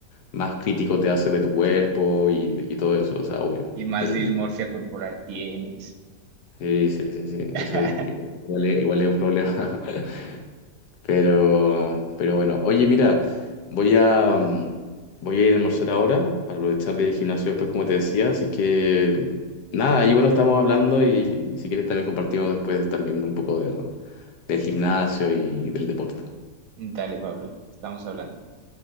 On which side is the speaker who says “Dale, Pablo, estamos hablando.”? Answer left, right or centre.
Right